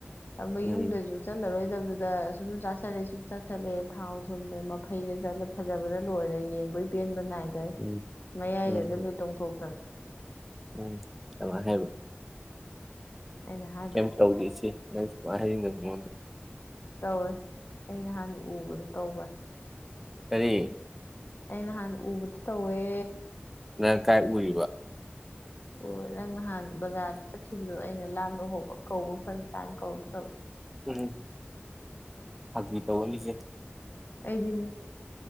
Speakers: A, on the left (about 55°); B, in the centre.
A: ꯑꯃ
B: ꯎꯝ
A: ꯌꯨꯝꯗꯁꯨ ꯆꯠꯂꯔꯣꯏꯗꯕꯗꯨ ꯁꯨꯝ ꯆꯥꯁꯤꯜꯂꯦ ꯁꯨꯝ ꯆꯥꯥꯁꯜꯂꯦ ꯊꯥꯎ ꯊꯨꯝꯗ ꯃꯐꯩꯗ ꯆꯠꯂꯦ ꯐꯖꯕꯅ ꯂꯣꯏꯔꯦ ꯌꯦꯡꯕꯩ ꯄꯦꯟꯕ ꯅꯥꯏ
B: ꯎꯝ
A: ꯃꯥꯏꯒꯣꯏꯣꯡꯣ
B: ꯎꯝ
A: ꯍꯧꯇ
B: ꯎꯝ ꯑ ꯍꯦꯕ
A: ꯑꯩꯅ ꯍꯥꯏꯕ
B: ꯀꯩꯝ ꯇꯧꯗꯦ ꯁꯤ ꯅꯪꯁꯨ ꯍꯥꯏꯔꯤꯉ ꯃꯉꯣꯟꯗ
A: ꯇꯧꯋꯦ ꯑꯩ ꯅꯍꯥꯟꯗ ꯎꯕꯗꯣ ꯇꯧꯕ꯭ꯔ
B: ꯁꯔꯤ
A: ꯑꯩ ꯅꯍꯥꯟ ꯎꯕꯗ ꯇꯧꯋꯦ
B: ꯅꯪ ꯀꯥꯏ ꯎꯔꯤꯕ
A: ꯍ ꯅꯪ ꯅꯍꯥꯟ ꯕꯖꯥꯔ ꯆꯠꯈꯤꯕꯗꯣ ꯑꯩꯅ ꯂꯥꯕ ꯍꯧꯕ ꯀꯧꯕ ꯐꯔꯛ ꯇꯥꯅ ꯀꯧꯔꯛꯇ꯭ꯔꯕ
B: ꯎꯝ ꯊꯒꯤ ꯇꯧꯕꯅꯤꯁꯦ
A: ꯑꯩꯗꯤꯟ